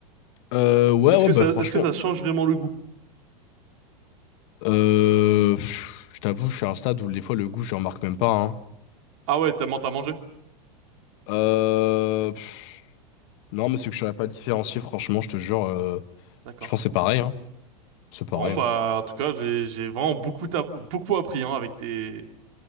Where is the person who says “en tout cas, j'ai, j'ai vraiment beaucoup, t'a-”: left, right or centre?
Right